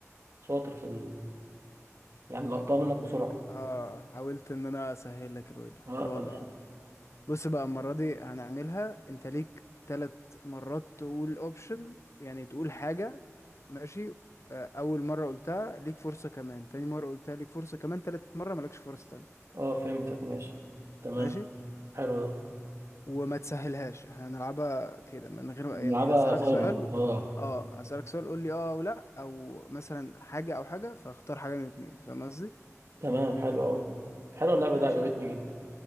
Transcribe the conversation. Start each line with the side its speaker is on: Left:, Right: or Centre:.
Right: شاطر في ال... يعني لقطتها منك بسرعة
Left: اه حاولت ان انا اسهل لك الوضع
Right: اه
Left: الوضع
Right: تمام
Left: ده بص بقى المرة دي هنعملها انت ليك ثلاث مرات تقول اوبشن يعني تقول حاجة ماشي آه، اول مرة قلتها ليك فرصة كمان تاني مرة قلتها ليك فرصة كمان تالت مرة مالكش فرصة تانية
Right: اه فهمتك ماشي تمام
Left: ماشي
Right: حلو ده
Left: وما تسهلهاش احنا هنلعبها كده من غير
Right: نلعبها
Left: يعني هسألك
Right: سايلنت
Left: سؤال
Right: اه
Left: اه هسألك سؤال قول لي اه او لا او مثلا حاجة او حاجة فاختار حاجة من الاتنين فاهم قصدي
Right: تمام حلو قوي حلو اللعبة
Left: ماشي
Right: دي عجبتني جدا